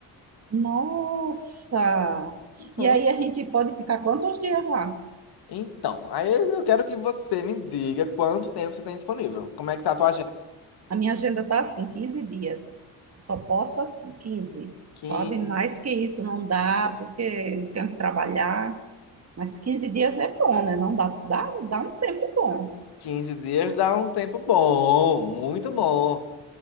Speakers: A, on the right; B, on the left.
A: Nossa!
B: Uhum.
A: E aí a gente pode ficar quantos dias lá?
B: Então, aí eu quero que você me diga quanto tempo você tem disponível. Como é que tá a tua agenda?
A: A minha agenda tá assim, 15 dias. Só posso assim, quinze.
B: Quinze
A: sabe? Mais que isso não dá, porque eu tenho que trabalhar. Mas 15 dias é bom, né? Não dá, dá, dá um tempo bom.
B: 15 dias dá um tempo bom, muito bom,